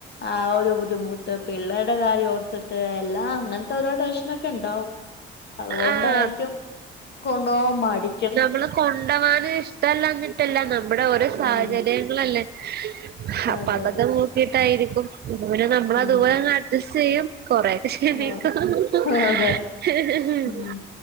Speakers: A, on the left; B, on the right.
A: ആഹ് ഒരു ബുദ്ധിമുട്ട് പിള്ളേരുടെ കാര്യം ഓർത്തിട്ട് എല്ലാം അങ്ങനത്തെ ഓരോ ടെൻഷനൊക്കെ ഉണ്ടാവും അതുകൊണ്ടായിരിക്കും
B: ആഹ്
A: കൊണ്ടുപോകാൻ മടി
B: നമ്മളെ കൊണ്ടൊവാന് ഇഷ്ടല്ലാനിട്ടല്ല നമ്മുടെ ഓരോ സാഹചര്യങ്ങളല്ലേ
A: ആഹ്
B: അപ്പൊ
A: അതെ
B: അതൊക്കെ
A: അതെ
B: നോക്കിട്ടായിരിക്കും പിന്നെ നമ്മള
A: ഉം
B: അതുപോലെ അത് ചെയ്യും കൊറെക്കെ ക്ഷമിക്കും
A: ആ,
B: <unintelligible>
A: അതെ ഉം